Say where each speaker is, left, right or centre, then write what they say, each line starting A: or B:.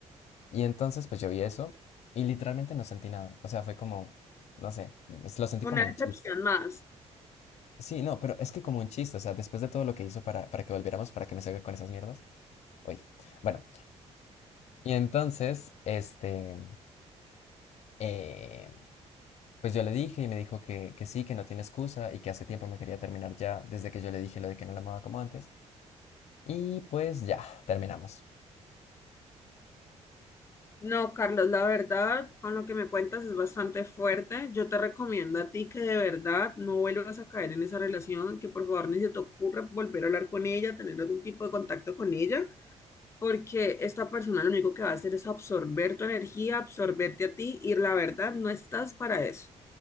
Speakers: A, on the left (about 65°); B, on the left (about 25°).
A: Y entonces pues yo vi eso y literalmente no sentí nada. O sea, fue como, no sé, pues, lo sentí
B: Una
A: como
B: excepción
A: un chiste.
B: más.
A: Sí, no, pero es que como un chiste, o sea, después de todo lo que hizo para, para que volviéramos, para que me salga con esas mierdas. Uy. Bueno, y entonces, este, eh, pues yo le dije y me dijo que, que sí, que no tiene excusa y que hace tiempo me quería terminar ya, desde que yo le dije lo de que no la amaba como antes. Y pues ya, terminamos.
B: No, Carlos, la verdad, con lo que me cuentas es bastante fuerte. Yo te recomiendo a ti que de verdad no vuelvas a caer en esa relación, que por favor ni se te ocurra volver a hablar con ella, tener algún tipo de contacto con ella. porque esta persona lo único que va a hacer es absorber tu energía, absorberte a ti y la verdad no estás para eso.